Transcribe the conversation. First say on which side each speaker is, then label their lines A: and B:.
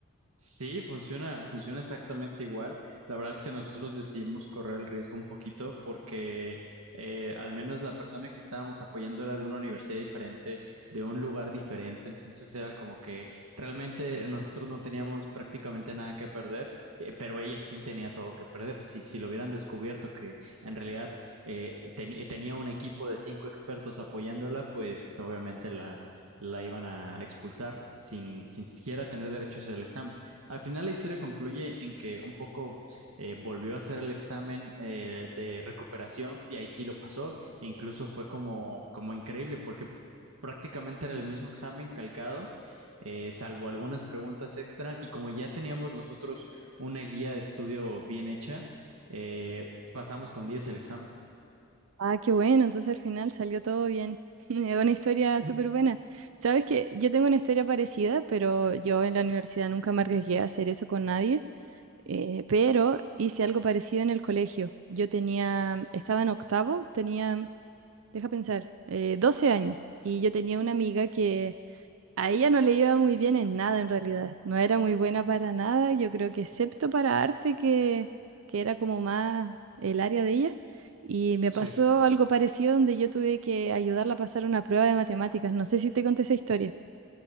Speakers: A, on the right; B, on the right.
A: Sí, funciona, funciona exactamente igual. La verdad es que nosotros decidimos correr el riesgo un poquito porque eh, al menos la persona que estábamos apoyando era de una universidad diferente, de un lugar diferente, entonces era como que realmente nosotros no teníamos prácticamente nada que perder, eh, pero ella sí tenía todo que perder. Sí, si lo hubieran descubierto que en realidad eh, teni- eh, tenía un equipo de cinco expertos apoyándola, pues obviamente la, la iban a expulsar sin, sin siquiera tener derechos al examen. Al final la historia concluye en que un poco eh, volvió a hacer el examen eh, de recuperación y ahí sí lo pasó e incluso fue como, como increíble porque prácticamente era el mismo examen calcado, eh, salvo algunas preguntas extra y como ya teníamos nosotros una guía de estudio bien hecha, eh, pasamos con 10 el examen.
B: Ah, qué bueno, entonces al final salió todo bien. <laughs> Es una historia
A: <laughs>
B: súper buena. Sabes que yo tengo una historia parecida, pero yo en la universidad nunca me arriesgué a hacer eso con nadie. Eh, pero hice algo parecido en el colegio. Yo tenía, estaba en octavo, tenía, deja pensar, eh, 12 años. Y yo tenía una amiga que a ella no le iba muy bien en nada en realidad. No era muy buena para nada, yo creo que excepto para arte, que, que era como más el área de ella. Y me
A: Sí.
B: pasó algo parecido donde yo tuve que ayudarla a pasar una prueba de matemáticas. No sé si te conté esa historia.